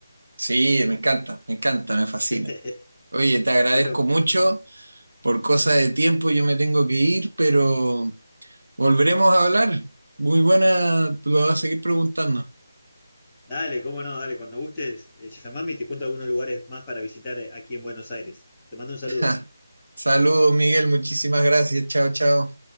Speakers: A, on the right; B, in the centre.
A: Sí, me encanta, me encanta, me fascina.
B: <laughs>
A: Oye, te agradezco
B: Bueno.
A: mucho, por cosa de tiempo yo me tengo que ir, pero... Volveremos a hablar. Muy buena, tú lo vas a seguir preguntando.
B: Dale, cómo no, dale, cuando gustes, eh, llamame y te cuento algunos lugares más para visitar eh, aquí en Buenos Aires. Te mando un saludo.
A: <laughs> Saludos, Miguel, muchísimas gracias. Chao, chao.